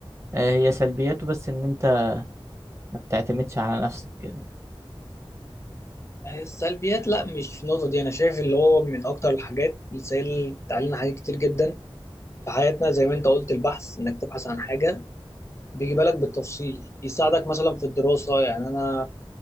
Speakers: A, on the right; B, on the left.
A: آه، هي سلبياته بس ان انت ما بتعتمدش على نفسك كده
B: هي السلبيات لا مش في النقطة دي أنا شايف اللي هو من أكتر الحاجات اللي سهلت علينا حاجات كتير جدا في حياتنا زي ما انت قلت البحث انك تبحث عن حاجه بيجي بالك بالتفصيل يساعدك مثلا في الدراسه يعني انا